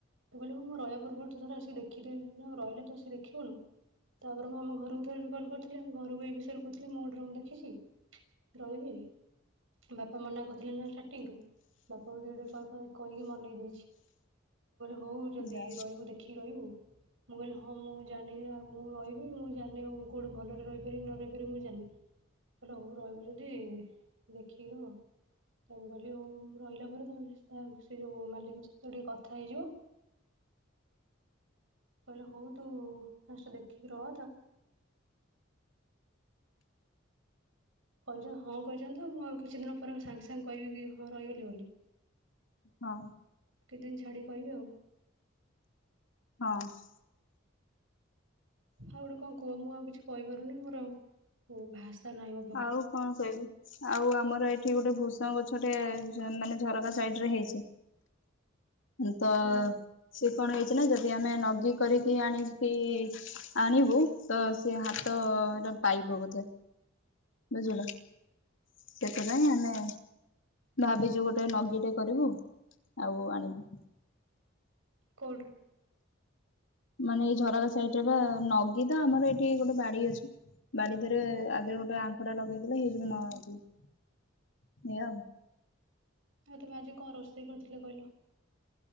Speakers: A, on the right (about 80°); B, on the left (about 70°).
A: ମୁଁ କହିଲି ହୋଉ ମୁ ରହିବା ପୂର୍ବରୁ ଗୋଟେ ଥର ଆସିକି ଟିକେ ଦେଖିଦିଏ ମୁ ରହିଲେ ତ ସେ ଦେଖିବନି ତାପରେ ମୁଁ ଘରକୁ ଥରେ ବି କଲ୍ କରିଥିଲି ଆମ ଘରକୁ ଏଇ ମୁଁ ଗୋଟେ ରୁମ୍ ଦେଖିଛି ରହିବି ବାପା ମନା କରିଥିଲେ ଷ୍ଟାର୍ଟିଂରୁ ଏମିତି ଛ ନ କହିକି ମନେଇ ଦେଇଚି। ହଉ ଯଦି
B: ଯା
A: ରହିବୁ ଦେଖିକି ରହିବୁ। ମୁଁ କହିଲି ହଁ ମୁଁ ଜାଣିନି ଆଉ ମୁଁ ରହିବି ମୁଁ ଜାଣିନି ଆଉ କୋଉଠି ଭଲରେ ରହିପାରିବି ନ ରହିବି କହିଲି ମୁ ଜାଣିନି। କହିଲେ ହୋଉ ରହିବୁ ଯଦି ଦେଖିକି ରହ। ତାପରେ ମୁ କହିଲି ହୋଉ ମୁ ରହିଲାପରେ ତମେ ତ ସେ ମାଲିକସହିତ ଟିକେ କଥା ହେଇଯିବ। କହିଲେ ହୋଉ ତୁ ଫାଷ୍ଟ ଦେଖିକି ରହ। କହିଛନ୍ତି ହଁ କହିଛନ୍ତି ତ ମୁଁ ଆଉ କିଛି ଦିନ ପରେ ସାଙ୍ଗେ ସାଙ୍ଗେ କହିବି କି ହଁ ରହିଗଲି ବୋଲି।
B: ହଁ
A: କେତେଦିନ ଛାଡ଼ିକି କହିବି ଆଉ।
B: ବାସ୍
A: ଆଉ ଗୋଟେ କଣ କୁହ ମୁଁ ଆଉ କିଛି କହିପାରୁନି ମୋର ଭାଷା ନାହିଁ ମୋ ପାଖରେ।
B: ଆଉ କଣ କହିବି ଆଉ ଆମର ଏଇଠି ଗୋ ଭୃଷଙ୍ଗ ଗଛଟେ ମାନେ ଝରକା ସାଇଟ୍ ରେ ହେଇଛି। ତ
A: ହୁଁ
B: ସେ କଣ ହେଇଛି ନା ଯଦି ଆମେ ନଗି କରିକି ଆଣିକି ଆଣିବୁ ତ ସେ ହାତରେ ପାଇବ ବୋଧେ ବୁଝିଲ। ସେଥି ପାଇଁ ଆମେ ଭାବିଛୁ ଗୋଟେ ନଗିଟେ କରିବୁ ଆଉ ଆଣିବୁ।
A: କୋଉଠୁ?
B: ମାନେ ଏଇ ଝରକା ସାଇଟ୍ ରେ ବା ନଗି ତ ଆମର ଏଠି ବାଡ଼ି ଅଛି ବାଡ଼ି ଦେହେରେ ଆଗରେ ଗୋଟେ ଆଙ୍କୁଢା ଲଗେଇ ଦେଲେ ହେଇଯିବ ନଗି ଏଇଆ ଆଉ।
A: ଆଉ ତମେ ଆଜି କଣ ରୋଷେଇ କରିଥିଲ କହିଲ?